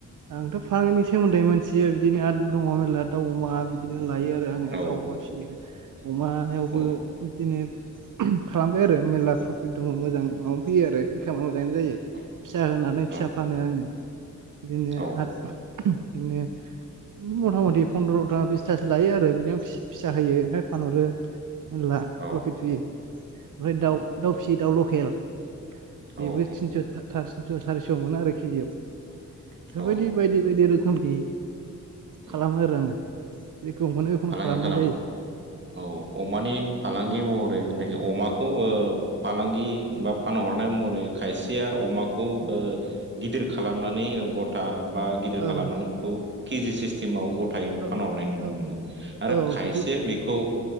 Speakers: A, on the right (about 75°); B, on the right (about 35°).
A: आंथ' फालांनि सोमोन्दै मिथियो बिदिनो आरो दङ मेरला दाउ अमा बिदिनो। लायो आरो आङो
B: औ
A: दाउ अमा फिसियो। अमायावबो
B: औ
A: बिदिनो खालामबाय आरो मेरला प्रफिट दङ मोजां माबा फैयो आरो ओ। जायो
B: औ
A: फिसा होनानै
B: औ
A: फिसा फानो आङो। बिदिनो
B: औ
A: आरो बिदिनो मथा मथि फन्द्र'था बिसथासो लायो आरो बिदिनो फिसा होयो ओमाय फानहरो। मेरला
B: औ
A: प्रफिट फैयो ओमफ्राय दाउ
B: औ
A: दाउ फियो दाउ लकेल।
B: औ
A: बेबो थिनस' साराय थिनस सारिस' मोन आरो केजियाव। बेफोरबायदि
B: औ
A: बायदि बायदि रोखोमनि
B: उम
A: खालामो आरो आङो। जेखौ मोनो बेखौनो
B: फालांगि
A: खालामनाय
B: खालामो
A: जायो
B: औ अमानि फालांगि महरै जिनदिगिआव अमाखौ ओ फालांगि बा फानहरनाय मोरै खायसेया अमाखौ ओ। गिदिर खालामनानै गथा बा गिदिर
A: औ
B: खालामनानै बेखौ केजि सिस्टेमाव गथायैनो
A: औ
B: फानहरनाय नुनो
A: औ
B: मोनो। आरो
A: औ
B: खायसे
A: बिदि
B: बेखौ